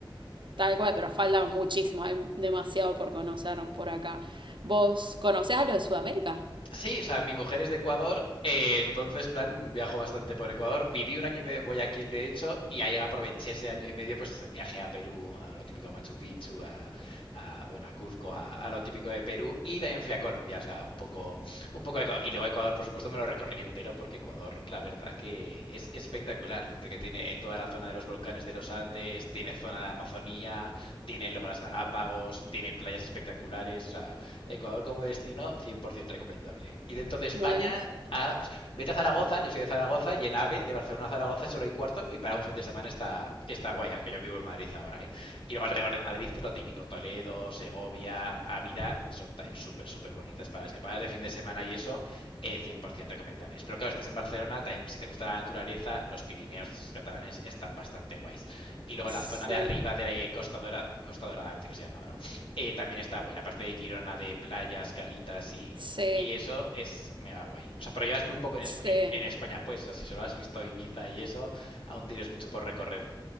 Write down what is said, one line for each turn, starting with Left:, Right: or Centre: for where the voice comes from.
Right: Tal cual, pero falta muchísimo, hay demasiado por conocer por acá. ¿Vos conocés a lo de Sudamérica?
Left: Sí, o sea, mi mujer es de Ecuador, eh, entonces, plan, viajo bastante por Ecuador. Viví un año y medio en Guayaquil, de hecho, y ahí aproveché ese año y medio, pues viajé a Perú, a lo típico a Machu Picchu, a, a, bueno, a Cuzco, a, a lo típico de Perú, y también fui a Colombia, o sea, un poco, un poco de todo. Y luego Ecuador, por supuesto, me lo recorrí entero, porque Ecuador, la verdad que es es espectacular. Entre que tiene toda la zona de los volcanes de los Andes, tiene zona de Amazonía, tiene luego las Galápagos, tiene playas espectaculares. O sea, Ecuador como destino, 100% recomendable. Y dentro de España,
Right: Bueno,
Left: ahora, pues, vete a Zaragoza, yo soy de Zaragoza, y en AVE, de Barcelona a Zaragoza, es hora y cuarto, y para un fin de semana está, está guay, aunque yo vivo en Madrid ahora. ¿eh? Y luego alrededor de Madrid, pues lo típico, Toledo, Segovia, Ávila, son también súper, súper bonitas para escapadas de fin de semana y eso eh, 100% recomendables. Pero claro, estás en Barcelona, también, si te gusta la naturaleza, los Pirineos catalanes están bastante guays. Y luego
Right: sí,
Left: la zona de arriba de la Costa Dorada, Costa Dorada me parece que se llamaba, ¿no? Eh, también está guay, la parte de Girona de playas, calitas y,
Right: sí,
Left: y eso es mega guay. O sea, pero llevas muy poco en,
Right: sí,
Left: en- en España, pues. O sea, si solo has visto Ibiza y eso, aún tienes mucho por recorrer.